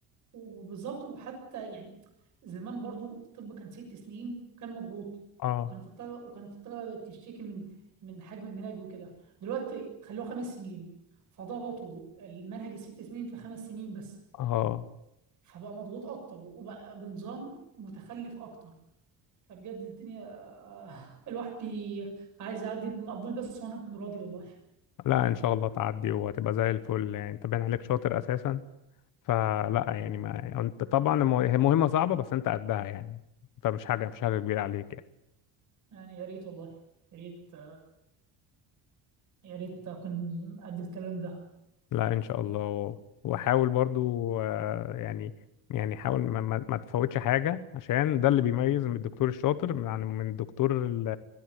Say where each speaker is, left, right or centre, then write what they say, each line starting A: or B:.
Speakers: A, on the right (about 45°); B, on the left (about 50°).
A: وبالظبط وحتى يعني زمان برضو الطب كان ست سنين وكان مضغوط
B: اه
A: وكان في الطلبة وكان في الطلبة بتشتكي من من حجم المناهج وكده دلوقتي خلوه خمس سنين فضغطوا المنهج الست سنين في خمس سنين بس
B: اه
A: فبقى مضغوط أكتر وبقى بنظام متخلف أكتر فبجد الدنيا <laughs> آه، الواحد بي- عايز يعدي مقبول بس وأنا أكون راضي والله
B: لا إن شاء الله تعدي وهتبقى زي الفل يعني أنت باين عليك شاطر أساسا فلا يعني ما انت طبعا المو- هي مهمة صعبة بس انت قدها يعني فمش حاجة مش حاجة كبيرة عليك يعني
A: يعني يا ريت والله يا ريت يا ريت أكون قد الكلام ده
B: لا ان شاء الله وحاول برضو آه، يعني يعني حاول ما, ما, ما تفوتش حاجة عشان ده اللي بيميز من الدكتور الشاطر من عن من الدكتور ال-